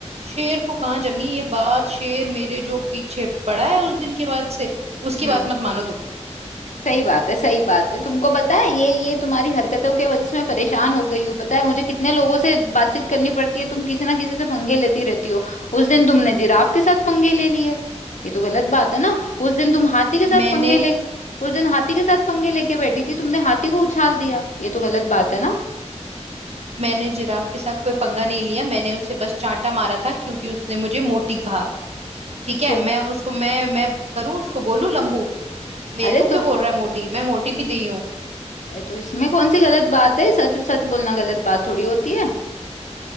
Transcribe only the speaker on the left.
हम्म
सही बात है सही बात है तुमको पता है ये ये तुम्हारी हरकतों के वजह से मैं परेशान हो गई हूँ पता है मुझे कितने लोगों से बातचीत करनी पड़ती है तुम किसी ना किसी से पंगे लेती रहती हो उस दिन तुमने जिराफ के साथ पंगे ले लिए ये तो गलत बात है ना उस दिन तुम हाथी के साथ
पंगे ले उस दिन हाथी के साथ पंगे लेके बैठी थी तुमने हाथी को उछाल दिया ये तो गलत बात है ना
तो
अरे
तो
तो इसमें कौन सी गलत बात है
सच सच बोलना गलत बात थोड़ी होती है